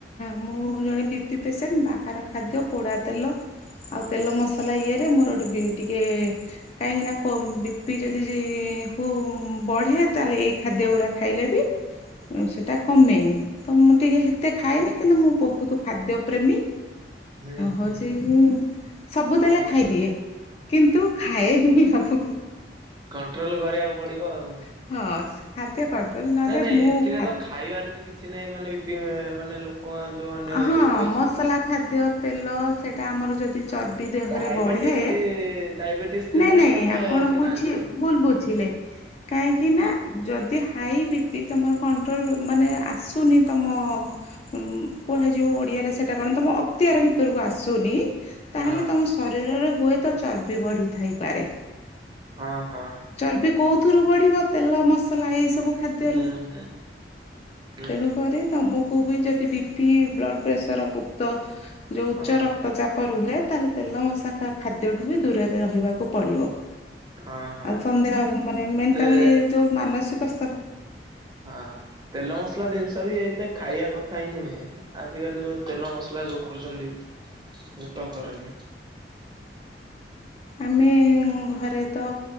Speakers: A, on the left; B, on the right.
A: ମୁଁ ଜଣେ ବିପି ପେସେଣ୍ଟ ବାହାର ଖାଦ୍ୟ ପୋଡ଼ା ତେଲ ଆଉ ତେଲ ମସଲା ଇଏରେ ମୋର ଗୋଟେ ଟିକେ କାହିଁକି ନା ବି ପି ଯଦି ହଉ ବଢିଆ ତାହେଲେ ଏଇ ଖାଦ୍ୟ ଗୁଡା ଖାଇଲେ ବି ସେଟା କମେଇନି ତ ମୁଁ ଟିକେ ମତେ ଖାଇନି କିନ୍ତୁ ମୁଁ ବହୁତ ଖାଦ୍ୟ ପ୍ରେମୀ।
B: ହୁଁ ହୁଁ।
A: ହଉଛି ସବୁ ଦେଲେ
B: ହ ହ <unintelligible>
A: ଖାଇଦିଏ କିନ୍ତୁ ଖାଏନି ଆଉ
B: କଣ୍ଟ୍ରୋଲ କରିବାକୁ ପଡିବ ଆଉ।
A: ହଁ ଖାଦ୍ୟ କଣ୍ଟ୍ରୋଲ ନହେଲେ
B: ନାଇଁ ନାଇଁ
A: ମୁଁ
B: ଏଥିରେ
A: ଖା
B: ତ ଖାଇବାରେ ତ କିଛି ନାଇଁ ମାନେ ମାନେ କ ଯୋଉ ମାନେ
A: ହଁ
B: ବି ପି ଅଛି।
A: ମସଲା ଖାଦ୍ୟ ତେଲ ସେଇଟା ଆମର ଯଦି ଚ ବି ଦେହରେ
B: ଡାଇବେଟିସ୍
A: ବଢେ
B: ଡାଇବେଟିସ୍ ଥିଲେ
A: ନାଇଁ ନାଇଁ
B: ମାନେ
A: ଆପଣ
B: ସେ
A: ବୁଝି
B: ଖାଆନ୍ତିନି।
A: ଭୁଲ ବୁଝିଲେ।
B: ହଁ
A: କାହିଁକି ନା ଯଦି ହାଇ ବି ପି ତମର କଣ୍ଟ୍ରୋଲ ମାନେ ଆସୁନି ତମ କୁହାଯିବ ଓଡିଆରେ ସେଟା କଣ ତମ ଅକ୍ତିଆର ଭିତରକୁ ଆସୁନି ତାହେଲେ
B: ହଁ
A: ତମ ଶରୀରରେ ହୁଏ ତ ଚର୍ବି ବଢି ଥାଇପାରେ।
B: ହଁ ହଁ
A: ଚର୍ବି କୋଉଥିରୁ ବଢିବ ତେଲ ମସଲା ଏଇ ସବୁ ଖାଦ୍ୟରୁ।
B: ହୁଁ ହୁଁ ହୁଁ
A: ତେଣୁକରି
B: ହୁଁ।
A: ତମକୁ ବି ଯଦି ବି ପି ବ୍ଲଡ଼ ପ୍ରେସର ଉକ୍ତ ଯଉଁ ଉଚ୍ଚ
B: ହଁ
A: ରକ୍ତଚାପ ରୁହେ। ତାହେଲେ ତେଲ ମଶାକା ଖାଦ୍ୟଠୁ ବି ଦୂରରେ ରହିବାକୁ ପଡିବ।
B: ହଁ ହଁ
A: ଆଉ ସନ୍ଦେହ ମାନେ ମେଣ୍ଟାଲି
B: ତେ
A: ଯୋଉ ମାନସିକ
B: ହଁ ତେଲ ମସଲା ଜିନିଷ ବି ଏଇଥି ପାଇଁ ଖାଇବା କଥା ହିଁ ନୁହେଁ। ଆଜିକାଲି ଯୋଉ ତେଲ ମସଲା ଯୋଉ କରୁଛନ୍ତି ମୁଣ୍ଡ ଖରାପ।
A: ଆମେ ଘରେ ତ